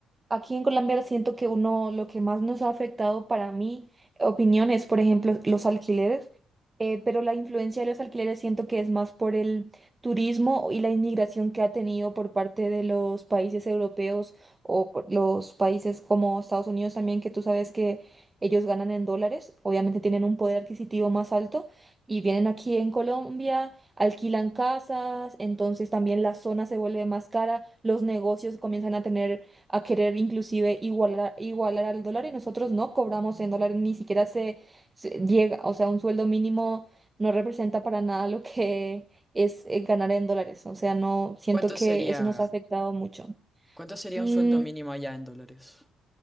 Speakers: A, on the right; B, in the centre.
A: Aquí en Colombia siento que uno, lo que más nos ha afectado para mi opinión es, por ejemplo, los alquileres, eh, pero la influencia de los alquileres siento que es más por el turismo y la inmigración que ha tenido por parte de los países europeos o por los países como Estados Unidos también, que tú sabes que ellos ganan en dólares, obviamente tienen un poder adquisitivo más alto y vienen aquí en Colombia, alquilan casas, entonces también la zona se vuelve más cara, los negocios comienzan a tener a querer inclusive igualar, igualar al dólar y nosotros no cobramos en dólares, ni siquiera se, se llega, o sea, un sueldo mínimo no representa para nada lo que es eh, ganar en dólares, o sea, no, siento
B: ¿Cuánto
A: que
B: sería,
A: eso nos ha afectado mucho.
B: cuánto sería
A: Mm,
B: un sueldo mínimo allá en dólares?